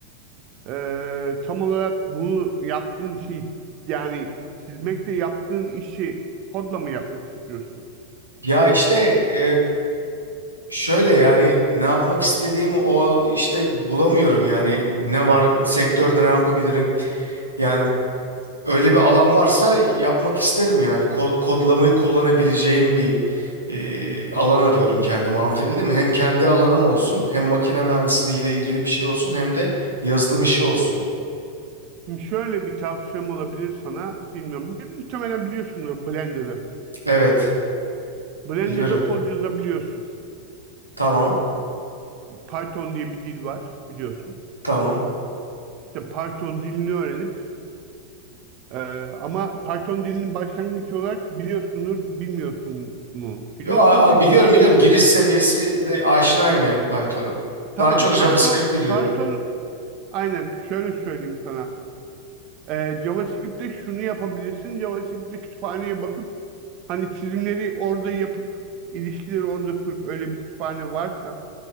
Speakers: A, on the right; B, on the right.
A: e, tam olarak bunu yaptığın şey yani çizmekle yaptığın işi kodla mı yapmak istiyorsun?
B: Ya işte e, şöyle yani ne yapmak istediğimi o işte bulamıyorum yani ne var sektörde ne yapabilirim. Yani öyle bir alan varsa yapmak isterim yani kod kodlamayı kullanabileceğim bir e, alan arıyorum kendime. Anlatabildim mi? Hem kendi alanım olsun, hem makine mühendisliği ile ilgili bir şey olsun, hem de yazılım işi olsun.
A: Şimdi şöyle bir tavsiyem olabilir sana. Bilmiyorum. Bir- Muhtemelen biliyorsunuz Blender'ı.
B: Evet,
A: Blender'da
B: biliyorum.
A: kod yazabiliyorsun.
B: Tamam.
A: Python diye bir dil var biliyorsun.
B: Tamam.
A: İşte Python dilini öğrenip e, ama Python dilini başlangıç olarak biliyorsunuz, bilmiyorsun mu? Biliyorsun
B: Yo, a-
A: mu
B: a-
A: bilmiyorsun?
B: biliyorum biliyorum giriş seviyesi ne aşinayım yani Python'a.
A: Tamam.
B: Daha çok JavaScript
A: Python,
B: biliyorum.
A: Python aynen şöyle söyleyeyim sana. Ee, JavaScript'te şunu yapabilirsin. JavaScript'te kütüphaneye bakıp hani çizimleri orada yapıp ilişkileri orada kurup öyle bir kütüphane varsa